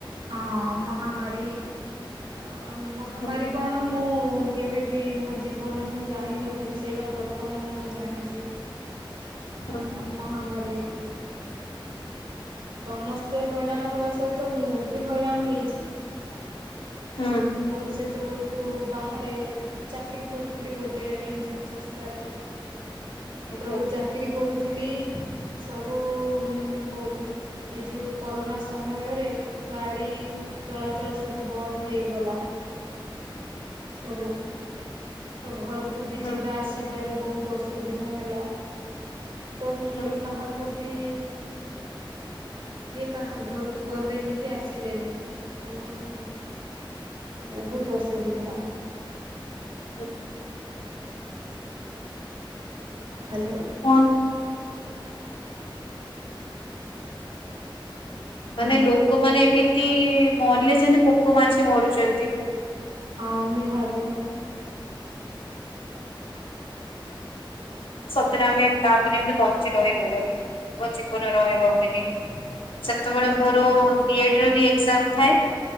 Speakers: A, on the right; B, on the left.
A: ହଁ ମହାମାରୀ ଆ ଆଉ ମହାମାରୀ
B: ହୁଁ
A: କଣ ମୁଁ କେବେ ବି ମୋ ଜୀବନ ମୁଁ ଜାଣିନଥିଲି ସେଇଟା ପ୍ରଥମ ମୁଁ ଜାଣିଛି।
B: ହୁଁ
A: ହଁ ମହମାରୀ ହୁଇ <unintelligible> ସମସ୍ତେ ହଇରାଣ ହେବା ସହିତ ମୁଁ ବି ହଇରାଣ ହେଇଛି।
B: ହୁଁ
A: ଓହୋ ସେତ୍ ଯେତେବେଳକୁ ବାହାରେ ଚାକିରୀ କରୁଥିଲି ଗୋଟେ ଏନଜିଓ ସଂସ୍ଥାରେ ଯେତେବେଳୁ
B: ଆଜ୍ଞା
A: ଚାକିରୀ କରୁ ଥିଲି ସବୁ ଉଁ ଉମ୍ ଏ ଯେଉଁ କରୋନା ସମୟରେ ଗାଡ଼ି ଚଳାଚଳ ସବୁ ବନ୍ଦ ହେଇଗଲା। ସବୁ
B: ହୁଁ
A: ତ ଘରୁ କୁ ବି
B: ହୁଁ
A: ଯିବା ଆସିବାରେ ବହୁ ତ ଅସୁବିଧା ହେଲା। ତ କିଏ
B: ହୁଁ
A: କାହାକୁ ବି କିଏ କାହା ଘରୁକୁ ଗଲେନି କି ଆସିଲେନି। ସମସ୍ତ <inaudible> ବହୁତ୍ ଅସୁବିଧା।
B: ହୁଁ।
A: <inaudible>
B: <inaudible>
A: ହଁ
B: ମାନେ ଲୋକମାନେ ମଲେ ଯେନ୍ତି ପୋକ, ମାଛି ମରୁଚନ୍ତି। <inaudible>
A: ହଁ ନିହାତି
B: <inaudible> ସେଇଟା ଆମେ ତାପରେ ଏମତି ବଞ୍ଚି ରହିବୁ ବୋଲି ଆମ ଜୀବନ ରହିବ ବୋଲି। ସେତେବେଳେ
A: ହୁଁ
B: ମୋର <unintelligible> ଥାଏ